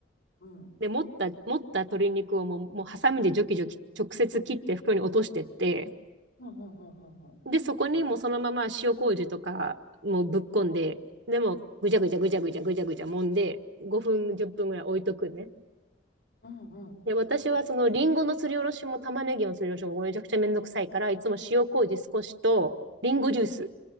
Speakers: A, on the left (about 75°); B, on the right (about 65°).
A: うん。
B: で、持った、持った鶏肉をもう、もうハサミでジョキジョキ直接切って袋に落としてって、
A: あ、ほうほうほうほうほ
B: で、そこにもうそのまま塩麹とかもうぶっこんで、
A: う。あ
B: でもぐちゃぐちゃぐちゃぐちゃぐちゃぐちゃ揉んで、5分、10分ぐらい置いとくんね。
A: うんうん。
B: で、私はそのリンゴのすりおろしも玉ねぎのすりおろしもめちゃくちゃめんどくさいから、
A: あ、
B: いつも塩麹少しと、リンゴジュース
A: うん。